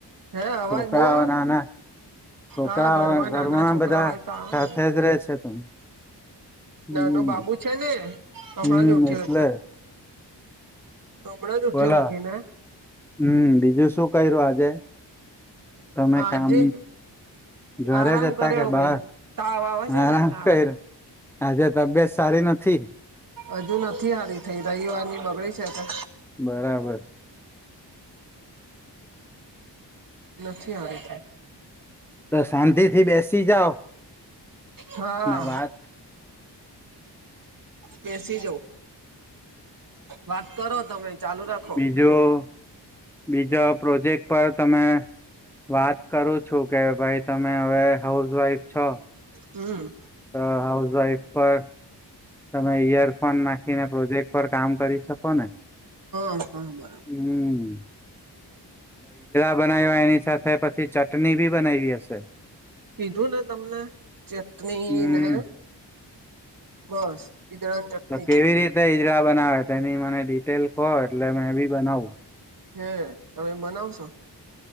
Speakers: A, on the right; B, in the centre.
A: હે અવાજ
B: છોકરાઓ
A: બહુ આવે
B: નાના છોકરાઓ
A: હા
B: ઘરમાં
A: નાના છોકરા
B: બધા
A: હોય તો આવે
B: સાથે
A: ને
B: જ રહે છે. પણ હું
A: નાનો બાબુ છે ને હમણાં
B: હું
A: જ ઉઠ્યો
B: એટલે જ.
A: હમણાં જ ઉઠ્યો
B: બોલો
A: ઊંઘીને
B: હમ બીજું શું કર્યું આજે તમે
A: આજે
B: કામ, ઘરે
A: આરામ
B: જ હતા
A: કર્યો
B: કે બહાર,
A: ભાઈ તાવ આવે છે
B: આરામ
A: ને એટલે
B: કર્યો, આજે તબી યત સારી નથી.
A: હજુ નથી સારી થઈ રવિવાર ની બગડી છે, તો
B: બરાબર છે
A: નથી આવી
B: તો શાંતિ થી બેસી જાઓ
A: હા
B: ને વાત
A: બેસી જવ વાત કરો, તમે ચાલુ રાખો
B: બીજું બીજા પ્રોજેક્ટ પર તમે વાત કરો છો. છું કે ભાઈ તમે હવે હાઉસવાઈફ છો.
A: હું.
B: અ હાઉસ વાઈફ પર તમે યર પણ નાખીને પ્રોજેક્ટ પર કામ કરી શકો ને,
A: હ હા બરાબર,
B: હમ બનાવા એની સાથે પછી ચટણી બી બનાવી હશે.
A: કીધું ને તમને ચટણી
B: હમ
A: ને બસ ઈદડાની ચટણી
B: તો કેવી રીતે ઈજડા બનાવે તેની મને ડિટેલ કહો એટલે મે બી બનાવું.
A: હે તમે બનાવશો.